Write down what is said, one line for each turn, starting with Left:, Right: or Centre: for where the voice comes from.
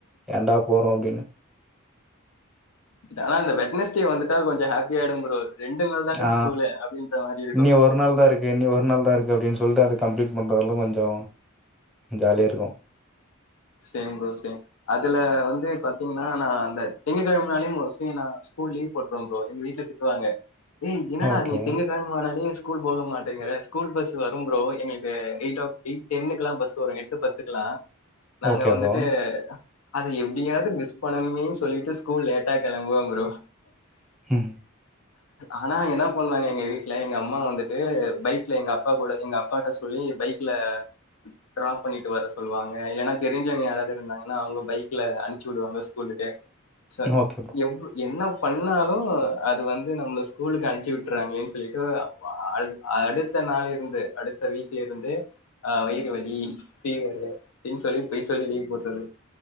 Centre: ஏன்டா போறோ அப்டின்னு
Left: ஆனா அந்த வெட்னஸ் டே வந்துட்டா கொஞ்ச ஹாப்பி ஆயிடும் ப்ரோ ரெண்டு நாள் தான்டா
Centre: ஆ
Left: ஸ்கூலு அப்டின்ற மாரி இருக்கூ
Centre: இன்னி ஒரு நாள் தா இருக்கு இனி ஒரு நாள் தா இருக்கு அப்டின் சொல்ட்டு அத கம்ப்ளீட் பண்றதலா கொஞ்சோ ஜாலியா இருக்கூ
Left: சேம் ப்ரோ சேம் அதுல வந்து பாத்தீங்கன்னா நா அந்த திங்ககெழமனாலே மோஸ்லி நா ஸ்கூல் லீவ் போட்ருவ ப்ரோ‌ எங்க வீட்ல திட் ட்டுவாங்க டேய் என்னடா
Centre: ஓகே
Left: நீ திங்ககெழம ஆனாலே ஸ் கூல் போக மாட்டேங்கிற ஸ்கூல் பஸ் வரும் ப்ரோ எங்களுக்கு எயிட் ஆப் எயிட் டென்னுக்கெல்லாம் பஸ் வரு எட்டு பத்துக்கெல்லா நாங்க
Centre: ஓகே
Left: வந்துட்டு
Centre: ப்ரோ
Left: அத எப்டியாவ்து மிஸ் பண்ணனுமேன்னு சொல்லிட்டு ஸ்கூல் லேட்டா கெளம்புவே ப்ரோ
Centre: ம்
Left: ஆனா என்னா பண்ணுவாங்க எங்க வீட்ல எங்க அம்மா வந்துட்டு பைக்ல எங்க அப்பா கூட எங்க அப்பாட்ட சொ சொல்லி பைக்ல ட்ராப் பண்ணிட்டு வர சொல்லுவாங்க ஏன்னா தெரிஞ்சவுங்க யாராவ்து இருந்தாங்கன்னா அவுங்க பைக்ல அனுச்சு விடுவாங்க ஸ்கூலுக்கு சோ
Centre: ஓகே ப்ரோ
Left: எவ் என்ன பண்ணாலு அது வந்து நம்மள ஸ்கூலுக்கு அணுஞ்சு விட்டுறாங்களேன் சொல்லிட்டு அழது அடுத்த நாள் இருந்து அடுத்த வீக்லே இருந்து ஆ வயிறு வலி ஃபீவரு அப்டின் சொல்லி பொய் சொல்லி லீவு போட்றது